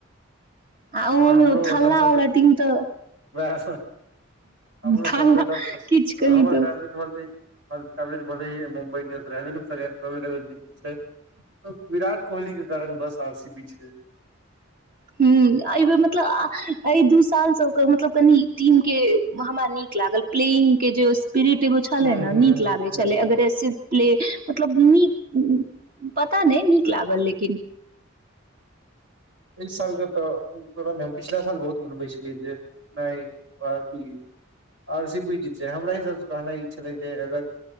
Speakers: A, on the right; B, on the right.
A: आ ओहोमे
B: जेना हमरो
A: थाला
B: एखन सब
A: वला टीम तऽ
B: वएह हमरो
A: ता
B: सबस जादा
A: किचु कही
B: हमर
A: तऽ
B: फेवरेट
A: <unintelligible>
B: होलै फेवरेट बॉलै मुम्बइ इंडियन्स रहय सेकेंड फेवरट छैक विराट कोहलीकेँ कारण बस आर सी बी छैक
A: हू <inaudible> एहि बेर मतलब अइ दू साल से ओकर मतलब कनि टिम केँ हमरा नीक लागल प्लेइंग कें जे पीरिट एगो छलैक
B: हूं
A: ने
B: हूं
A: नीक
B: हूं
A: लागय छलैक
B: हूं
A: अगरे सिर्फ प्ले मतलब नीक पता नइ नीक लागल लेकिन
B: इ साल के त हम पिछला साल बहुत मनबे छलियै जे न हि आर सी बी जीत जाय हमरा हिसाब कहना ई छले जे अगर